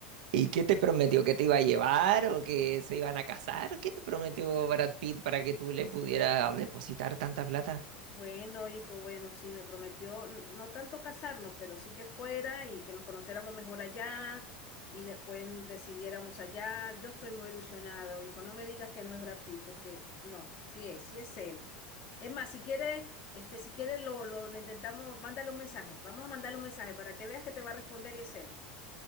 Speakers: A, on the right; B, on the left.
A: ¿Y qué te prometió? ¿Que te iba a llevar o que se iban a casar? ¿Qué te prometió Brad Pitt para que tú le pudieras depositar tanta plata?
B: Bueno, hijo, bueno, sí, me prometió n- no tanto casarnos, pero sí que fuera y que nos conociéramos mejor allá y después decidiéramos allá. Yo estoy muy ilusionado, hijo. No me digas que no es Brad Pitt, porque no, sí es, sí es él. Es más, si quiere, este, si quiere lo, lo intentamos, mándale un mensaje. Vamos a mandarle un mensaje para que veas que te va a responder y es él.